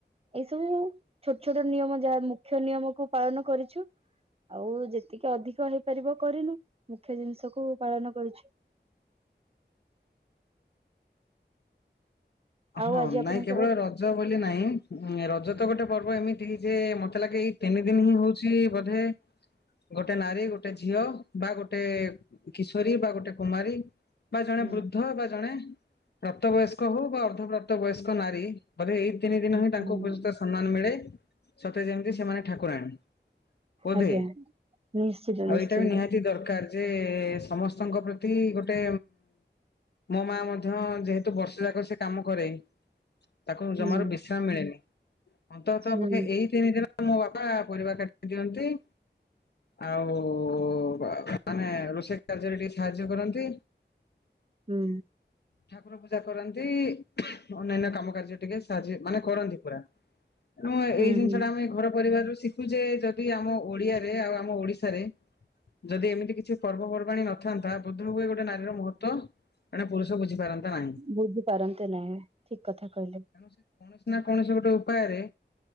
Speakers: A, on the right (about 35°); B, on the left (about 65°).
A: ଏଇ ସବୁ ଛୋଟ ଛୋଟ ନିୟମ ଯାହା ମୁଖ୍ୟ ନିୟମକୁ ପାଳନ କରିଛୁ। ଆଉ ଯେତିକି ଅଧିକ ହେଇପାରିବ କରିନୁ ମୁଖ୍ୟ ଜିନିଷକୁୁ ପାଳନ କରିଛୁ।
B: ହଁ
A: ଆଉ ଆଜି
B: ନାଇଁ
A: ଆପଣଙ୍କର
B: କେବଳ ର ଯ ବୋଲି ନାହିଁ ରଜ ତ ଗୋଟେ ପର୍ବ ଏମିତି ଯେ ମତେ ଲାଗେ ଏଇ ତିନି ଦିନ ହିଁ ହଉ ଚି ବୋଧେ ଗୋଟେ ନାରୀ ଗୋଟେ ଝିଅ ବା ଗୋଟେ କିଶୋରୀ ବା ଗୋଟେ କୁମାରୀ। ବା ଜଣେ
A: ହୁଁ
B: ବୃଦ୍ଧ ବା ଜଣେ ପ୍ରାପ୍ତ ବୟସ୍କ ହଉ ବା ଅର୍ଦ୍ପ୍ରାପ୍ତ ବୟସ୍କ ନାରୀ ବୋଧେ ଏଇ ତିନି ଦିନ ହିଁ
A: ହୁଁ
B: ତାଙ୍କୁ ଉପଯୁକ୍ତ ସମ୍ମାନ ମିଳେ ସତେ ଯେମିତି ସେମାନେ ଠାକୁରାଣୀ। ବୋଧେ
A: ଆଜ୍ଞା ନିଶ୍ଚିତ
B: ଆଉ
A: ନିଶ୍ଚିନ୍ତ
B: ଏଇଟା ବି ନିହାତି ଦରକାର। ଯେ ସମସ୍ତଙ୍କ ପ୍ରତି ଗୋଟେ ମୋ ମା ମଧ୍ୟ ଯେହେତୁ ବର୍ଷ ଯାକ ସେ କାମ କରେନି ତାକୁ
A: ହୁଁ
B: ଜମାରୁ ବିଶ୍ରାମ ମିଳେନି ଅନ୍ତତ
A: ହୁଁ
B: ପକ୍ଷେ ଏଇ ତିନି ଦିନ ମୋ ବାପା ପରିବା କାଟି ଦିଅନ୍ତି। ଆଉ ମାନେ ରୋଷେଇ କାର୍ଯ୍ୟରେ ଟିକେ ସାହାଯ୍ୟ କରନ୍ତି
A: ହୁଁ
B: ଠାକୁର ପୂଜା କରନ୍ତି। ନ୍ତି ଅନ୍ୟାନ୍ୟ କାମ କାର୍ଯ୍ୟ ଟିକେ ସାଜି ମାନେ କରନ୍ତି ପୁରା ତେଣୁ
A: ହୁଁ
B: ଏଇ ଜିନିଷ
A: ହୁଁ
B: ଟା ଆମେ ଘର ପରିବାରରୁ ସି ତୁ ଯେ ଯଦି ଆମ ଓଡିଆରେ ଆଉ ଆମ ଓଡିଶାରେ ଯଦି ଏମିତି କିଛି ପର୍ବପର୍ବାଣୀ ନଥାନ୍ତା ବୋଦ୍ଧ ହୁଏ ଗୋଟେ ନାରୀର ମହତ୍ୱ ଏଣେ ପୁରୁଷ ବୁଝିପାରନ୍ତା ନାହିଁ।
A: ବୁଝି ପାରନ୍ତେ ନାହିଁ ଠିକ କଥା କହିଲେ।
B: ତେଣୁ ସେ କୌଣସି ନା କୌଣସି ଗୋଟେ ଉପାୟରେ।